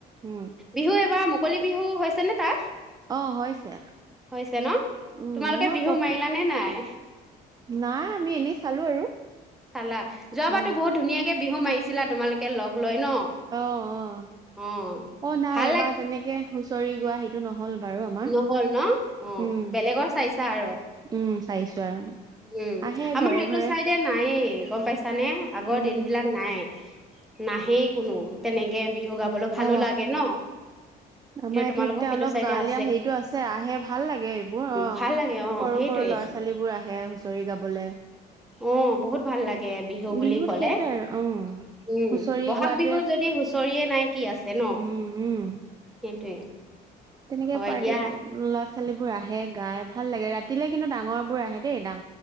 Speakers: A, on the right; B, in the centre.
A: উম
B: বিহু এইবাৰ মুকলি বিহু হৈছে নে তাত?
A: অ হৈছে
B: হৈছে ন'।
A: উম
B: তোমালোকে
A: মই
B: বিহু
A: পত
B: মাৰিলা নে নাই?
A: নাই আমি এনেই চালো আৰু
B: চালা যোৱাবাৰটো
A: উম
B: বহুত ধুনীয়াক কে বিহু মাৰিছিলা তোমালোকে লগ লৈ ন
A: অ', অ',
B: অ
A: অ', নাই
B: ভাল
A: এবাৰ তেনেকে হুঁচৰি গোৱা সি টো নহ'ল বাৰু আমাৰ
B: নহ'ল ন' অ',
A: উম
B: বেলেগৰ চাইছা আৰু
A: উম চাইছো আৰু
B: উম,
A: আহে
B: আমাৰ
A: ঘৰে
B: সেইটো
A: ঘৰে
B: ছাইডে নায়েই। গম পাইছ চানে আগৰ
A: উম
B: দিনবিলাক নাই। নাহেই কোনো তেনেকে বিহু গাবলৈ
A: অ
B: ভালো লাগে ন'।
A: আমাৰ
B: কিন্তু
A: এইটো
B: তোমালোকক সেইটো ছাইডে আ
A: এতিয়া হেইটো আছে আহে ভাল লাগে এইবোৰ অ',
B: ভাল লাগে অ'
A: সৰু
B: সেইটোৱে
A: সৰু ল'ৰা ছোৱালীবোৰ আহে হুঁচৰি গাবলে।
B: অ', বহুত ভাল লাগে বিহু বুলি
A: বিহুত
B: ক'লে।
A: সেইটোৱে আৰু উম
B: উম,
A: হুঁচৰি
B: বহাগ
A: গোৱাটোৱে
B: বিহুত যদি হুচ চৰিয়ে নাই কি আছে ন'
A: উম উম
B: সেইটোৱে।
A: তেনেকে
B: হয়
A: পাৰ্টি
B: দিয়া।
A: <unintelligible> ল'ৰা ছোৱালীবোৰ আহে গাই ভাল লাগে ৰাতিলে কিন্তু ডাঙৰবোৰ আহে দেই ডাঙ